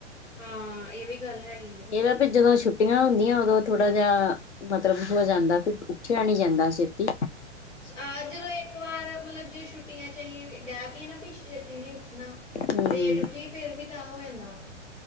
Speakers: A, on the left (about 85°); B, on the left (about 65°).
A: ਹਾਂ ਇਹ ਵੀ ਗੱਲ ਹੈਗੀ ਆ।
B: ਇਹ ਵਾ ਵੀ ਜਦੋਂ ਛੁੱਟੀਆਂ ਹੁੰਦੀਆਂ ਉਦੋਂ ਥੋੜਾ ਜਾ। ਮਤਲਬ ਹੋ ਜਾਂਦਾ ਉੱਠਿਆ ਜਾਂਦਾ ਛੇਤੀ।
A: ਆਹ ਜਦੋਂ ਇੱਕ ਵਾਰ ਮਤਲਬ ਜ ਛੁੱਟੀਆਂ 'ਚ' ਅਸੀਂ ਡਹਿ ਪਈਏ ਨਾ ਪ ਛੇਤੀ ਨੀ ਉੱਠਣਾ।
B: ਹਮ
A: ਲੇਟ ਉੱਠੀ ਫੇਰ ਵੀ ਤਾਂ ਹੋ ਜਾਂਦਾ।